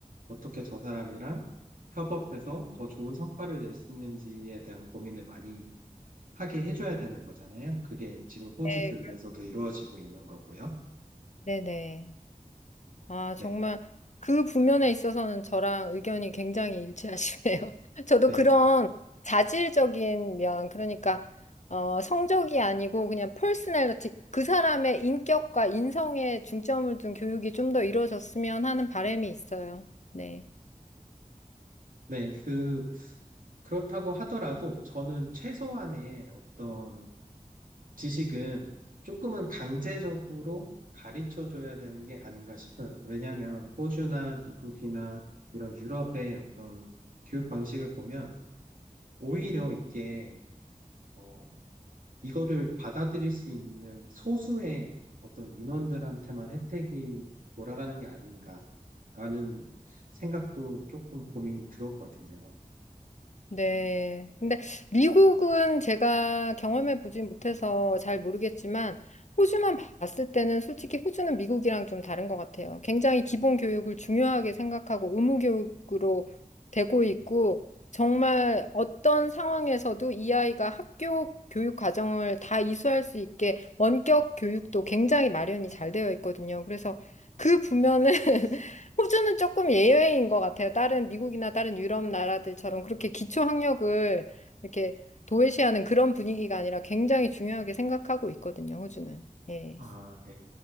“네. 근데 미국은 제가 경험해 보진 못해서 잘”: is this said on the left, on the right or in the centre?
Left